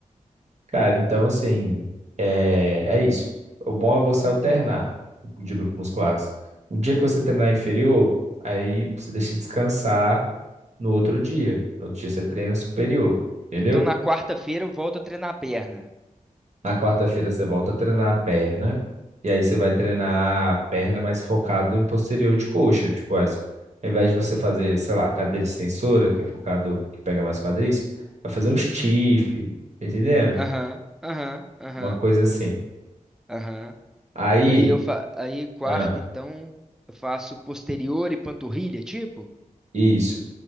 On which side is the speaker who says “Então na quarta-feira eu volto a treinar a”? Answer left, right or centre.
Centre